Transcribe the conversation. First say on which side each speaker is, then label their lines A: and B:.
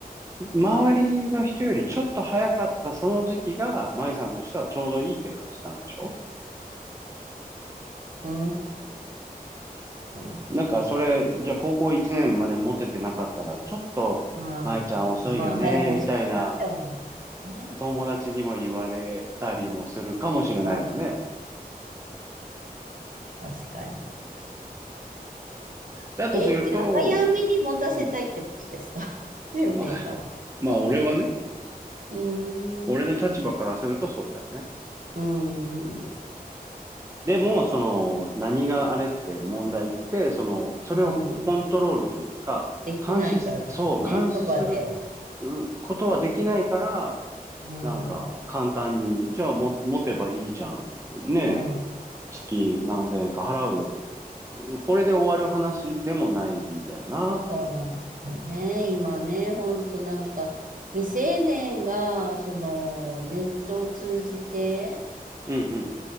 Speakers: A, on the right; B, on the right.
A: 周りの人よりちょっと早かったその時期が、舞さんとしてはちょうどいいって感じたんでしょ
B: うーん。
A: なんかそれ、じゃあ高校1年までモテてなかったら、ちょっと、
B: まあ、
A: 舞ちゃん遅いよね、
B: まあ、早く欲しかったって思う。
A: みたいな
B: ね。
A: 友達にも言われたりもするかもしれないよね。
B: うん、確かに。
A: だとすると、
B: えーじゃあ、早めに持たせたいってことですか
A: うん、
B: <laughs> 俊平さんは。
A: まあ、まあ俺はね、
B: うーん。
A: 俺の立場からするとそうだよね。
B: うー
A: うん、
B: ん。
A: でも、その、何があれって問題って、その、それをコントロールというか、
B: うん。できないからですね、
A: 監視す、そう、監視する
B: そばで。
A: うことはできないから、
B: うん。
A: なんか、簡単に、じゃあも、持てばいいじゃん。ねえ、
B: うん。
A: 月何千円か払うよ。これで終わる話でもないんだよなって
B: そうなんですよね。今ね、ほんとなんか、未成年が、その、ネットを通じて、
A: うん